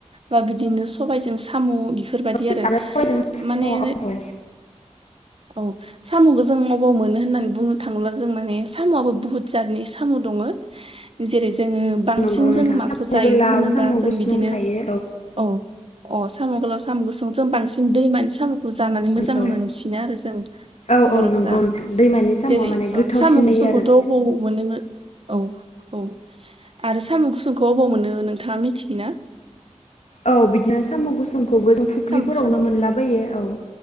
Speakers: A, on the right; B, on the left.
A: बा बिदि बिदिनो सबायजों साम' बेफोरबायदि
B: सबायजों
A: आरो
B: साम'
A: माने
B: औ
A: औ साम'खौ जों अबाव मोनो होननानै बुंनो थाङोब्ला जों माने साम'आबो बुहुत जातनि साम' दं। ङो जेरै जोङो बांसिन
B: नंगौ नोंथां
A: जों माखौ
B: साम'
A: जायो
B: गोलाव
A: होनोबा
B: साम'
A: जों
B: गुसुं
A: बिदिनो
B: थायो
A: औ। अ साम' गोलाव साम' गुसुं जों बांसिन दैमानि साम'खौ जानानै मोजां
B: औ
A: मोनसि <unintelligible> जों
B: औ
A: बर'फ्रा
B: औ नंगौ नोंथां दैमानि साम'आ
A: जेरै
B: माने गोथावसिन
A: साम'
B: जायो
A: गुसुंखौथ'
B: आरो
A: अबाव मोनोमोन औ औ आरो साम' गुसुंखौ अबाव मोनो नोंथाङा मिथियो ना?
B: औ बिदिनो साम' गुसुंखौबो जों फुख्रिफोरावनो
A: साम' गुसुं
B: मोनलाबायो औ।